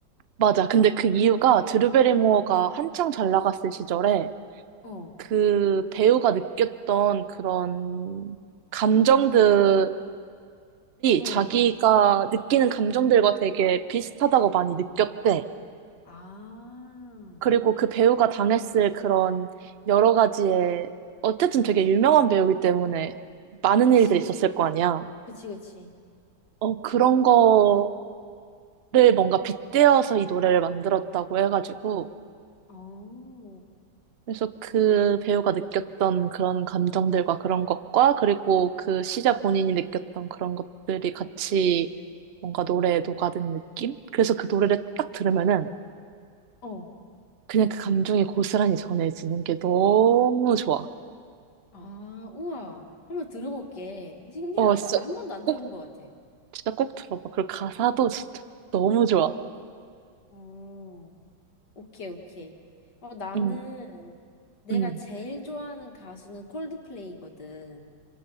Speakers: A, on the right (about 60°); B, on the left (about 60°).
A: 맞아. 근데 그 이유가 드루베리모어가
B: <laughs>
A: 한창 잘 나갔을 시절에
B: 어. 어,
A: 그 배우가 느꼈던 그런 감정들이
B: 응.
A: 자기가 느끼는 감정들과 되게 비슷하다고 많이 느꼈대.
B: 아,
A: 그리고 그 배우가 당했을 그런 여러 가지의 어쨌든 되게 유명한 배우이기 때문에 많은
B: 그치,
A: 일들이 있었을 거 아니야.
B: 그치, 그치.
A: 어, 그런 거를 뭔가 빗대어서 이 노래를 만들었다고 해가지고
B: 어,
A: 그래서 그 배우가 느꼈던 그런 감정들과 그런 것과 그리고 그 시자 본인이 느꼈던 그런 것들이 같이 뭔가 노래에 녹아든 느낌? 그래서 그 노래를 딱 들으면은
B: 어.
A: 그냥 그 감정이 고스란히 전해지는 게 너무 좋아.
B: 아, 우와. 한번 들어볼게. 신기하다.
A: 어, 진짜
B: 나 한 번도 안
A: 꼭,
B: 들어본 것 같아.
A: 진짜 꼭 들어봐. 그리고 가사도 진짜 너무 좋아.
B: 어. 오케이, 오케이. 어, 나는
A: 음,
B: 내가
A: 음.
B: 제일 좋아하는 가수는 콜드플레이거든.